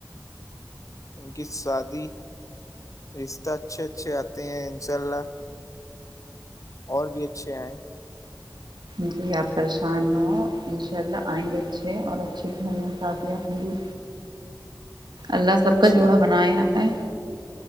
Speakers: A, on the left; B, on the right.
A: ان کی سادی رشتہ اچھے اچھے آتے ہیں انشاء اللہ اور بھی اچھے آئے
B: جی آپ پریشان ہو انشاء اللہ آئیں گے اچھے اور اچھے گھر میں شادیاں ہوں گی اللہ سب کا
A: جی
B: جوڑا بنایا ہے